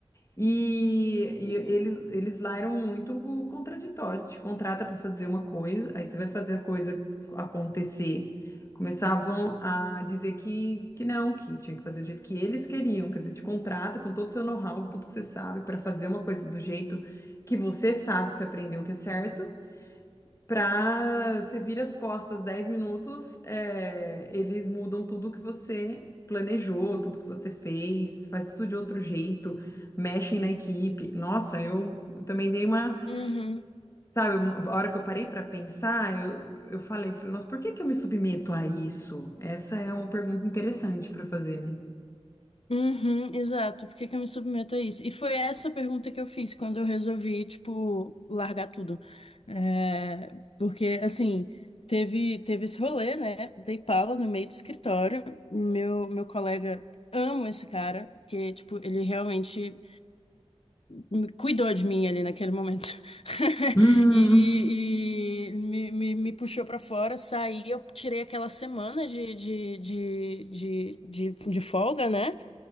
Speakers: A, on the left; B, on the left.
A: E, e
B: Sim.
A: eles, eles lá eram muito contraditórios. Te contrata para fazer uma coisa, aí você vai fazer a coisa acontecer. Começavam a dizer que, que não, que tinha que fazer do jeito que eles queriam. Quer dizer, te contrata com todo o seu know-how, com tudo que você sabe, para fazer uma coisa do jeito que você sabe que você aprendeu que é certo. Pra você vira as costas 10 minutos, é, eles mudam tudo que você planejou, tudo que você fez, faz tudo de outro jeito, mexem na equipe. Nossa, eu, eu também dei uma,
B: Uhum.
A: sabe, uma- a hora que eu parei pra pensar, eu, eu falei, falei, nossa, por que que eu me submeto a isso? Essa é uma pergunta interessante pra fazer, né?
B: Uhum, exato. Por que que eu me submeto a isso? E foi essa pergunta que eu fiz quando eu resolvi, tipo, largar tudo. É, porque, assim, teve, teve esse rolê, né? Dei pala no meio do escritório. Meu, meu colega, amo esse cara, porque, tipo, ele realmente me cuidou de mim ali naquele momento. <laughs>
A: Hum,
B: E, e me, me, me puxou pra fora, saí. Eu tirei aquela semana de, de, de, de, de de folga, né?